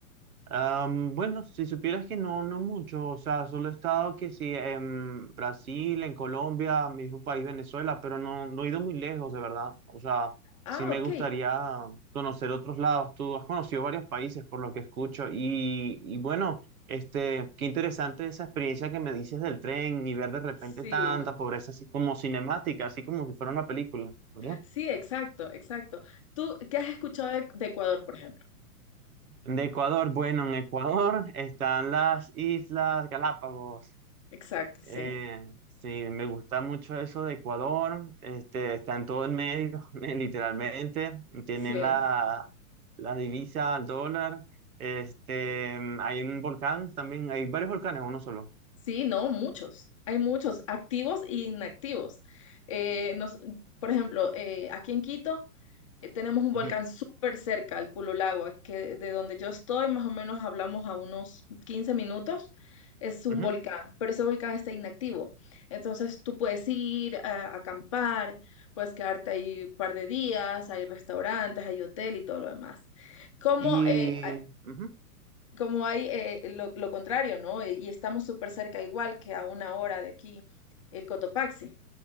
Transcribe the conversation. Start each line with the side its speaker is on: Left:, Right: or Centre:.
Right: Am, bueno, si supieras que no, no mucho, o sea, solo he estado que sí en Brasil, en Colombia, mi mismo país Venezuela, pero no, no he ido muy lejos, de verdad. O sea,
Left: Ah,
Right: sí me
Left: ok.
Right: gustaría conocer otros lados. Tú has conocido varios países por lo que escucho y, y bueno, este, qué interesante esa experiencia que me dices del tren y ver de repente
Left: Sí,
Right: tanta pobreza así como cinemática, así como si fuera una película, ¿verdad?
Left: sí, exacto, exacto. ¿Tú qué has escuchado de, de Ecuador, por ejemplo?
Right: De Ecuador, bueno, en Ecuador <laughs> están las Islas Galápagos.
Left: Exacto, sí,
Right: Eh, sí, me gusta mucho eso de Ecuador. Este, está en todo el medio, <laughs> literalmente. Tienen
Left: sí.
Right: la, la divisa al dólar. Este, hay un volcán también. Hay varios volcanes, uno solo.
Left: Sí, no, muchos. Hay muchos, activos e inactivos. Eh, nos- por ejemplo, eh, aquí en Quito eh, tenemos un
Right: Ujú,
Left: volcán súper cerca, el Pululagua, que de donde yo estoy, más o menos hablamos a unos 15 minutos. Es un
Right: ujú.
Left: volcán, pero ese volcán está inactivo. Entonces tú puedes ir a acampar, puedes quedarte ahí un par de días, hay restaurantes, hay hotel y todo lo demás. Como
Right: Y,
Left: eh, a-
Right: ujú,
Left: como hay eh, eh, lo, lo contrario, ¿no? Y, y estamos súper cerca, igual que a una hora de aquí, el Cotopaxi,